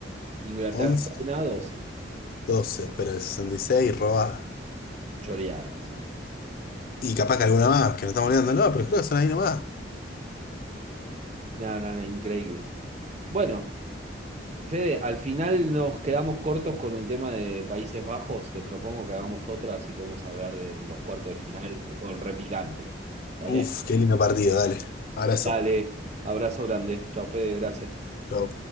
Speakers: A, on the right; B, on the left.
A: Inglaterra,
B: once
A: una, doce
B: doce pero el 66 robada.
A: Choreada, sí.
B: Y capaz que alguna más, que no estamos olvidando, no, pero creo que son ahí nomás.
A: Nada, nada, increíble. Bueno, Fede, al final nos quedamos cortos con el tema de Países Bajos. Te propongo que hagamos otra, así podemos hablar de los cuartos de final, que fueron repicantes. ¿Dale?
B: Uf, qué lindo partido, dale. Abrazo.
A: Dale. Abrazo grande. Chao, Fede, gracias.
B: Chau.